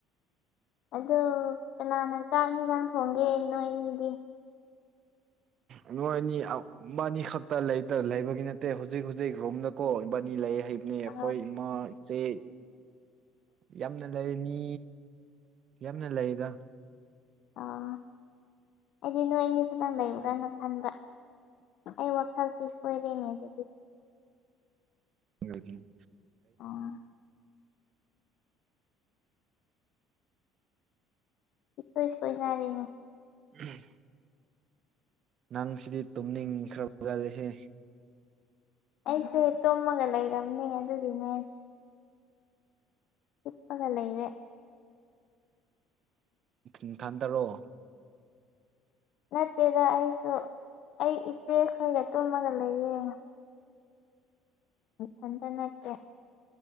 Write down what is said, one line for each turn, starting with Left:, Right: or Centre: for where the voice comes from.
Left: ꯑꯗꯨ ꯀꯅꯥꯅ ꯆꯥꯛ- ꯢꯟꯁꯥꯡ ꯊꯣꯡꯒꯦ ꯅꯣꯏꯅꯤꯗꯤ
Right: INAUDIBLE ꯅꯣꯏ ꯑꯅꯤ ꯏꯕꯥꯅꯤ ꯈꯛꯇ ꯂꯩꯇ ꯂꯩꯕꯒꯤ ꯅꯠꯇꯦ ꯍꯨꯖꯤꯛ ꯍꯨꯖꯤꯛ ꯔꯣꯝꯅꯀꯣ ꯏꯕꯥꯅꯤ ꯂꯩꯌꯦ ꯂꯩꯕꯅꯦ ꯑꯩꯈꯣꯏ
Left: ꯑ
Right: ꯏꯃꯥ ꯏꯆꯦ ꯌꯥꯝꯅ ꯂꯩ ꯃꯤ ꯌꯥꯝꯅ ꯂꯩꯗ
Left: INAUDIBLE ꯑꯩꯗꯤ ꯅꯣꯏ ꯑꯅꯤ ꯈꯇꯪ ꯂꯩꯕ꯭ꯔꯅ ꯈꯟꯕ ꯑꯩ ꯋꯥꯈꯜꯁꯤ ꯁꯣꯏꯔꯦꯅꯦ ꯑꯗꯨꯗꯤ
Right: INAUDIBLE
Left: ꯑꯥꯑꯥ ꯏꯁꯣꯏ- ꯁꯣꯏꯅꯥꯔꯦꯉꯣ
Right: INAUDIBLE ꯅꯪ ꯁꯤꯗꯤ ꯇꯨꯝꯅꯤꯡꯈ꯭ꯔꯕ ꯖꯥꯠꯅꯦꯍꯦ
Left: ꯑꯩꯁꯦ ꯇꯨꯝꯃꯒ ꯂꯩꯔꯝꯅꯤ ꯑꯗꯨꯒꯤꯅꯦ ꯍꯤꯞꯄꯒ ꯂꯩꯔꯦ
Right: ꯅꯥꯊꯟꯇꯔꯣ
Left: ꯅꯠꯇꯦꯗ ꯑꯩꯁꯨ ꯑꯩ ꯏꯆꯦ ꯈꯣꯏꯒ ꯇꯨꯝꯃꯒ ꯂꯩꯌꯦ ꯏꯊꯟꯇ ꯅꯠꯇꯦ